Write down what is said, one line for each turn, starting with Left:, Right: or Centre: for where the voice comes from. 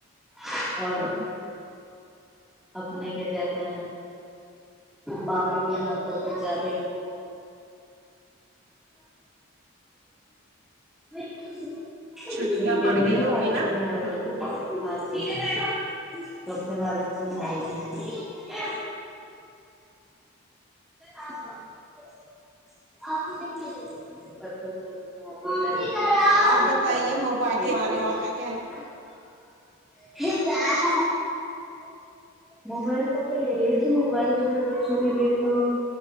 Centre: <unintelligible>
Right: ہیں
Centre: اور اپنے کیا کہتے ہیں ماموں کے یہاںھ تو کچھ زیادہ ہی <inaudible> چھٹیوں
Right: چھٹیاں پڑ
Centre: میں
Right: گئی
Centre: نا
Right: ہوں
Centre: والالج
Right: گی
Centre: سے آ ہے
Right: ہ
Centre: نا ہ <unintelligible> سپنے والک کیوں نہیں ہے <inaudible> آپ <unintelligible> <inaudible>
Right: آپ بتائیے موبائل کے بارے میں اور کیا کہنا
Centre: <inaudible> موبائل کا تو یہی ہے کہ موبائل جو ہے بچوں کے لیے تو